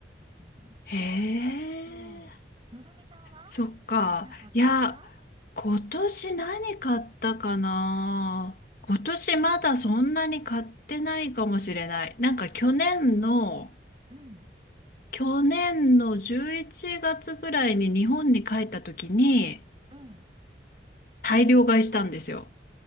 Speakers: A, on the right; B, on the left.
A: うん。
B: へえ、
A: そう。のぞみさんは
B: そっか。
A: なんか買った
B: いや、今年何買ったかな。今年まだそんなに買ってないかもしれない。なんか去年の、
A: うん。
B: 去年の11月ぐらいに日本に帰った時に、
A: うん。
B: 大量買いしたんですよ。